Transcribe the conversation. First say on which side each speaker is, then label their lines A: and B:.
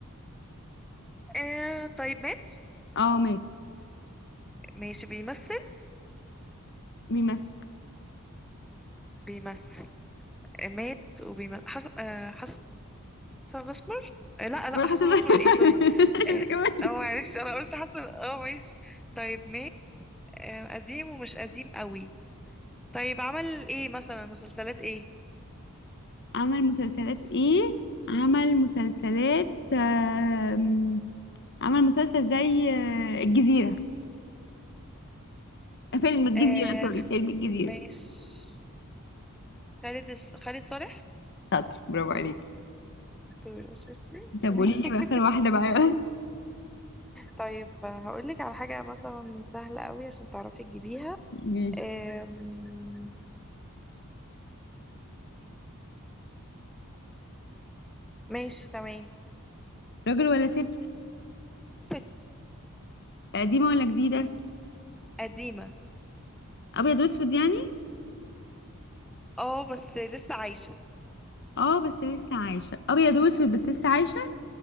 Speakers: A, in the centre; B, on the left.
A: آه طيب مات
B: اه مات
A: ماشي بيمثل
B: بيمثل
A: بيمثل آه مات وبيمثل حسب آه حسب حسن الاسمر آه لا
B: بروح
A: لا حسن
B: حسب
A: الاسمر ايه سوري
B: <laughs>
A: اه
B: انت كمان
A: آه، معلش انا قلت حسن اه ماشي طيب ما آه قديم ومش قديم قوي طيب عمل ايه مثلا مسلسلات ايه
B: عمل مسلسلات ايه عمل مسلسلات آم، عمل مسلسل زي آه، الجزيرة فيلم الجزيرة
A: آه
B: سوري فيلم الجزيرة
A: ماشي خالد الس- خالد صالح
B: شاطر برافو عليك
A: طول شفتي
B: طب
A: <laughs>
B: قولي لي بقى آخر واحدة بقى
A: طيب هقول لك على حاجة مثلا سهلة قوي عشان تعرفي تجيبيها
B: <laughs> ماشي
A: آم، ماشي تمام
B: راجل ولا ست
A: ست
B: قديمة ولا جديدة
A: قديمة
B: أبيض وأسود يعني
A: اه بس لسه عايشة
B: اه بس لسه عايشة أبيض وأسود بس لسه عايشة